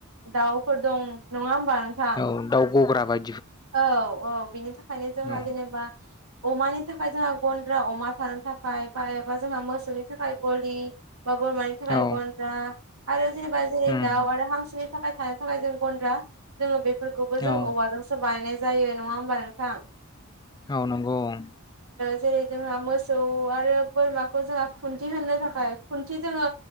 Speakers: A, on the right (about 85°); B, on the left (about 20°).
A: दाउफोर दं नङा होमबा नोंथां
B: औ दाउ गग्रा बाय
A: औ औ बिनि थाखायनो जोंहा
B: औ
A: जेनेबा अमानि थाखाय जोंहा गन्द्रा अमा थानो थाखाय बा एबा जोंहा मोसौनि थाखाय गलि बा बोरमानि थाखाय
B: औ
A: गन्द्रा आरो जेनेबा जेरै
B: उम
A: दाउ आरो हांसोनि थाखाय थानो थाखाय जों गन्द्रा जोङो बेफोरखौबो जों
B: औ
A: औवाजोंसो बानायनाय जायो नङा होमबा नोंथां
B: औ नंगौ औ
A: जेरै जोंहा मोसौ आरो बोरमाखौ जोंहा खुन्थि होनो थाखाय खुन्थि जोङो